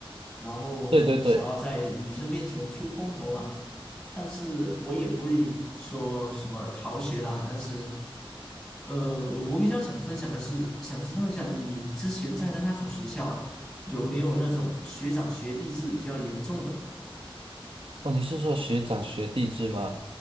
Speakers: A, in the centre; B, on the right.
A: 然后想要在女生面前出风头啊。
B: 对对对，
A: 但是我也不会说什么逃学啦，但是呃，我比较想分享的是，想知道一下你之前在的那所学校啊，有没有那种学长学弟制比较严重的？
B: 哦，你是说学长学弟制吗？